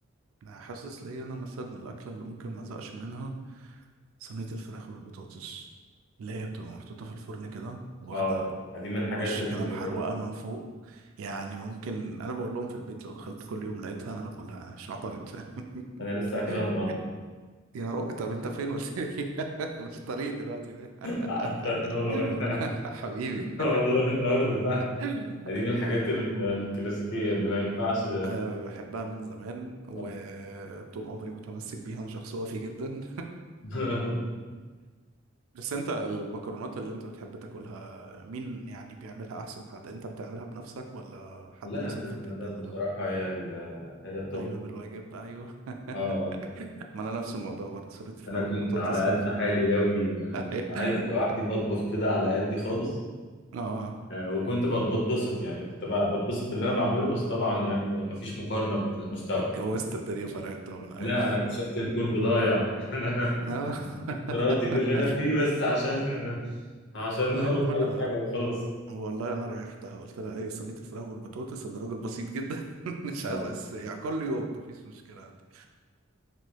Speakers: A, on the right (about 80°); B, on the left (about 60°).
A: انا حاسس ليا انا مثلا الاكله اللي ممكن ما ازهقش منها صينية الفراخ بالبطاطس اللي هي بتبقى محطوطة في الفرن كده واخدة
B: اه ما دي من الحاجات
A: وش
B: اللي
A: كده محروقة من فوق يعني ممكن أنا بقول لهم في البيت لو دخلت كل يوم لقيتها أنا هاكلها مش عطرت
B: انا لسه اكلها
A: <laughs>
B: النهارده
A: يا رو طب أنت فين قلت لي <laughs> أنا في الطريق دلوقتي
B: تعالى
A: <laughs>
B: تنور <laughs>
A: حبيبي
B: والله النهارده فعلا
A: أه،
B: دي من الحاجات ال- الكلاسيكيه اللي ما ينفعش
A: أه، بحبها من زمان وطول
B: طبعا
A: عمري متمسك بيها أنا شخص وفي جدا
B: <laughs>
A: بس انت المكرونات اللي انت بتحب تاكلها مين يعني بيعملها احسن حد انت بتعملها بنفسك ولا حد
B: لا
A: مثلا
B: انا
A: في البيت
B: المدام
A: بيعملها
B: بصراحه هي ال... هي التوب
A: ايوه بالواجب ايوه
B: اه
A: <laughs> ما انا نفس الموضوع برضه صينيه الفراخ
B: انا كنت
A: بالبطاطس
B: على
A: فاهم؟
B: قد حالي قوي يعني ما
A: <laughs>
B: كنت عايز لوحدي بطبخ كده على قدي خالص
A: اه
B: آه، وكنت ب- بتبسط يعني كنت ب- بتبسط باللي انا بعمله بس طبعا يعني مفيش مقارنه في المستوى
A: اتجوزت الدنيا فرقت طبعا
B: لا
A: ايوه
B: انا اكتشفت اني كنت ضايع <laughs> ان انا
A: <laughs> اه
B: راضي باللي
A: <laughs>
B: انا فيه بس عشان <laughs> عشان هو
A: ايوه
B: اي
A: ما انا
B: حاجه وخلاص
A: والله انا ريحتها قلت لها ايه صينيه الفراخ والبطاطس انا راجل بسيط جدا <laughs> مش
B: اه
A: عايز أعيش- يعني كل يوم مفيش مشكله عندي.